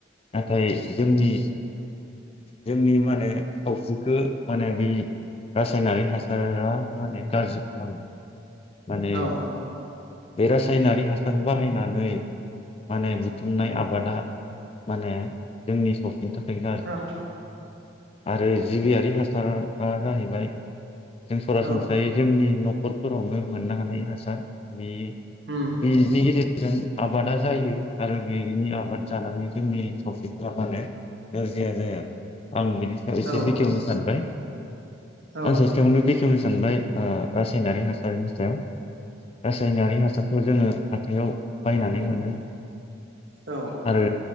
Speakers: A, on the left; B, on the right.
A: नाथाय जोंनि जोंनि माने सावस्रिखौ माने बै रासायनारि हासारा माने गाज्रि खालामो। माने
B: औ
A: बे रासायनारि हासार बाहायनाय नै माने बुथुमनाय आबादा माने जोंनि सा नि थाखाय गारज
B: औ
A: आरो जिबियारि हासार आ जाहैबाय जों सरासनस्रायै
B: औ
A: जोंनि न' खरफोराव मोननो हानाय हासार बे
B: उम
A: नि गेजेरजों जों आबादा जायो आरो बेनि आबाद जानानै जोंनि सावस्रिफोरा माने नोरजिया जाया। आं बिनि सायाव एसे
B: औ
A: बेखेवनो सानबाय
B: औ
A: आं सेसथायावनो बेखेवनो सान सानबाय ओ रासायनारि हासारनि रासायनारि हासारखौ जोङो हाथायाव बायनानै मोनो
B: औ
A: आरो